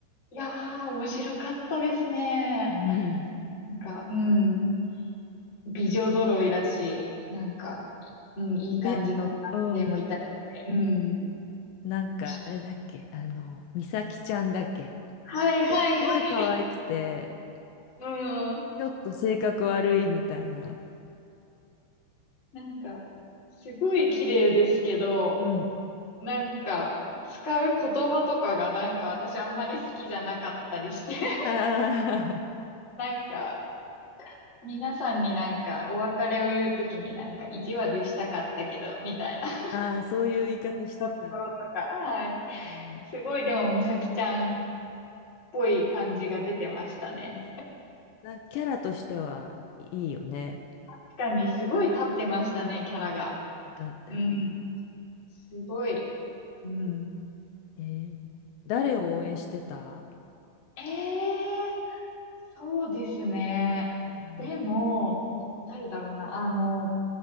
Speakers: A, on the left; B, on the left.
A: やー、面白かったですね。
B: うん。
A: なんか、うん。美女揃いだし、なんか、いうん、いい感じの男性もいたりして。
B: ね。うん。
A: うん。
B: なんか、
A: 面白い。
B: あれだっけ。あの、美咲ちゃんだっけ。
A: はいはいはい。
B: すっごい可愛くて、
A: <laughs> うん。うん
B: ちょっと性格悪いみたいな。
A: なんか、すごい綺麗ですけど、
B: うん。
A: なんか、使う言葉とかがなんか私あんまり好きじゃなかったりして。<laughs>
B: あ
A: なんか、皆さんになんかお別れを言うときになんか意地悪したかったけど、みたいな <laughs>
B: あ、<laughs> ああ、そういう言い方してた。
A: ところとか。はい。
B: うん。
A: すごいでも美咲ちゃんっぽい感じが出てましたね。
B: ね。なんかキャラとしてはいいよね。
A: 確かにすごい立ってましたね、キャラが。
B: うん、だって。
A: うん。すごい。うん。
B: えー誰を応援してた
A: すごい。ええそうですね。
B: うん
A: でも、誰だろうな。あの、